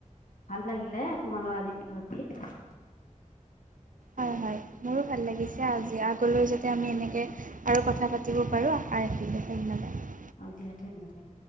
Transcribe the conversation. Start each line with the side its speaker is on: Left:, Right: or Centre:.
Left: ভাল লাগিলে তোমাৰ লগত আজি কথা পাতি।
Right: হয় হয়, মোৰো ভাল লাগিছে আজি আগলৈ যাতে আমি এনেকে আৰু কথা পাতি, পাতিব পাৰোঁ আশা ৰাখিলোঁ ধন্যবাদ।
Left: আজি আয়তে <unintelligible>